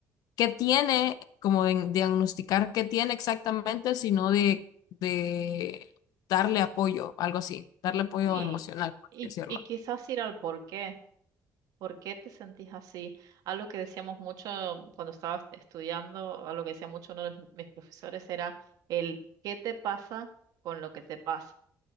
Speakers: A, on the left; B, on the right.
A: qué tiene, como de diagnosticar qué tiene exactamente, sino de, de darle apoyo, algo así, darle apoyo
B: Sí.
A: emocional, por
B: Y,
A: así decirlo.
B: y quizás ir al por qué. ¿Por qué te sentís así? Algo que decíamos mucho cuando estabas estudiando, algo que decía mucho uno de mis mis profesores era el ¿qué te pasa con lo que te pasa?